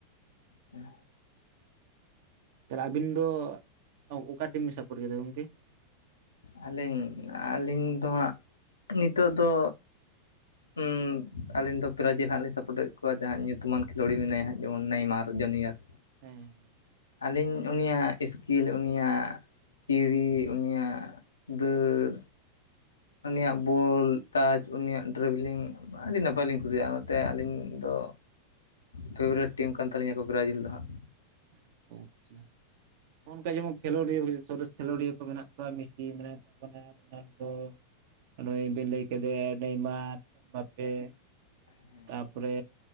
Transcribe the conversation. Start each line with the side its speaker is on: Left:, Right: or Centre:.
Left: ᱦᱮᱸ
Right: ᱛᱟᱦᱚᱞᱮ ᱟᱵᱤᱱ ᱫᱚ ᱚᱠᱟ ᱴᱤᱢ ᱵᱤᱱ ᱥᱟᱯᱳᱨᱴ ᱠᱮᱫᱟ ᱜᱚᱝᱠᱮ?
Left: ᱟᱹᱞᱤᱧ ᱟᱹᱞᱤᱧ ᱫᱚ ᱦᱟᱸᱜ ᱱᱤᱛᱳᱜ ᱫᱚᱼᱼ ᱩᱸᱻ ᱟᱹᱞᱤᱧ ᱫᱚ ᱵᱨᱡᱤᱞ ᱦᱟᱸᱜ ᱞᱤᱧ ᱥᱟᱯᱳᱨᱴᱮᱫ ᱠᱚᱣᱟ ᱡᱟᱦᱟᱸ ᱧᱩᱛᱩᱢᱟᱱ ᱠᱷᱮᱞᱳᱲᱤ ᱢᱮᱱᱟᱭᱟ ᱦᱟᱸᱜ ᱡᱮᱢᱚᱱ ᱱᱮᱭᱢᱟᱨ ᱡᱩᱱᱤᱭᱟᱨ᱾
Right: ᱦᱮᱸ ᱾
Left: ᱟᱹᱞᱤᱧ ᱩᱱᱤᱭᱟᱜ ᱥᱠᱤᱞ ᱩᱱᱤᱭᱟᱜᱼᱼ ᱠᱤᱨᱤ ᱩᱱᱤᱭᱟᱜ ᱫᱟᱹᱲ᱾ ᱩᱱᱤᱭᱟᱜ ᱵᱚᱞ ᱴᱟᱪ ᱩᱱᱤᱭᱟᱜ ᱰᱨᱟᱵᱷᱮᱞᱤᱝ ᱟᱹᱰᱤ ᱱᱟᱯᱟᱭ ᱞᱤᱧ ᱠᱩᱥᱤᱭᱟᱜᱼᱟ ᱚᱱᱟᱛᱮ ᱟᱞᱤᱧ ᱫᱚᱼᱼ ᱯᱷᱮᱵᱟᱨᱮᱴ ᱴᱤᱢ ᱠᱟᱱ ᱛᱟᱞᱤᱧᱟ ᱠᱚ ᱵᱨᱟᱡᱤᱞ ᱫᱚ ᱦᱟᱸᱜ᱾
Right: ᱟᱪᱪᱷᱟ ᱚᱱᱠᱟ ᱡᱮᱢᱚᱱ ᱠᱷᱮᱞᱳᱰᱤᱭᱟᱹ ᱥᱚᱨᱮᱥ ᱠᱷᱮᱞᱳᱰᱤᱭᱟᱹ ᱠᱚ ᱢᱮᱱᱟᱜ ᱠᱚᱣᱟ ᱢᱤᱥᱤ ᱢᱮᱱᱟᱭᱟ ᱛᱚᱼᱼ ᱨᱳᱱᱟᱞᱰᱳ ᱱᱩᱭ ᱵᱤᱱ ᱞᱟᱹᱭ ᱠᱮᱫᱮᱭᱟ ᱱᱮᱭᱢᱟᱨ ᱵᱟᱯᱮ
Left: <inaudible>
Right: ᱛᱟᱯᱚᱨᱮ